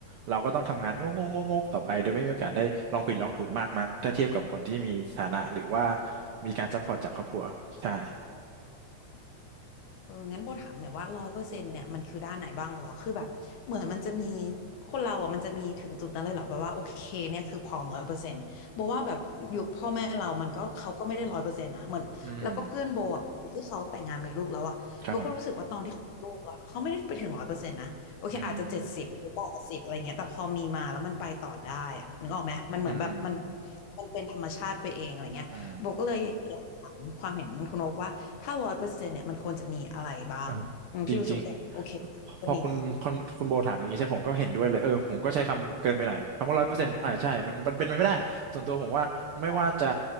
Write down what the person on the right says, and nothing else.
เราก็ต้องทำงานงกงกงกๆต่อไปโดยไม่มีโอกาสได้ลองผิดลองถูกมากนักถ้าเทียบกับคนที่มีฐานะหรือว่ามีการซัพพอร์ตจากครอบครัวใช่
อืมครับผมอืมอืมอืม
อ่า
เออจริงๆพอคุณคุณคุณโบถามอย่างนี้ใช่ผมก็เห็นด้วยเลยเออผมก็ใช้คำเกินไปหน่อย
คำว่าร้อยเปอร์เซ็นต์อ่าใช่มันมันเป็นไปไม่ได้ส่วนตัวผมว่าไม่ว่าจะ